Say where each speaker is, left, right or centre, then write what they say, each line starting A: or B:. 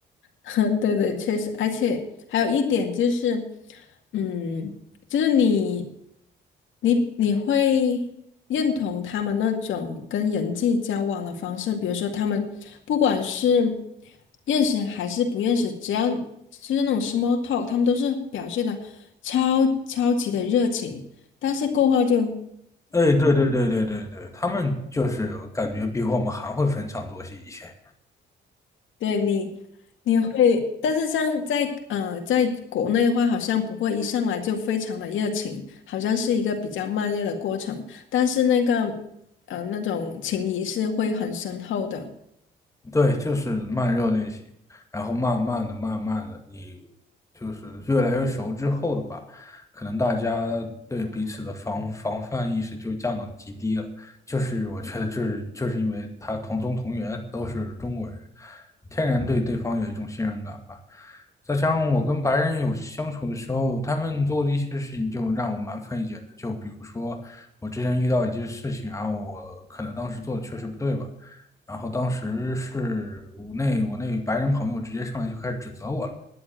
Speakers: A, on the left; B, on the left.
A: <laughs> 对对，确实，而且还有一点就是，嗯，就是你，你你会认同他们那种跟人际交往的方式，比如说他们不管是认识还是不认识，只要就是那种 small talk，他们都是表现的超超级的热情，但是过后就
B: 哎，对对对对对对，他们就是感觉比我们还会逢场作戏一些。
A: 对你，你会，但是像在呃，在国内的话，好像不会一上来就非常的热情，好像是一个比较慢热的过程。但是那个呃，那种情谊是会很深厚的。
B: 对，就是慢热类型，然后慢慢的、慢慢的，你就是越来越熟之后的吧，可能大家对彼此的防防范意识就降到极低了。就是我觉得，就是就是因为他同宗同源，都是中国人，天然对对方有一种信任感吧。再加上我跟白人有相处的时候，他们做的一些事情就让我蛮费解的。就比如说，我之前遇到一件事情，然后我可能当时做的确实不对吧。然后当时是我那我那白人朋友直接上来就开始指责我了，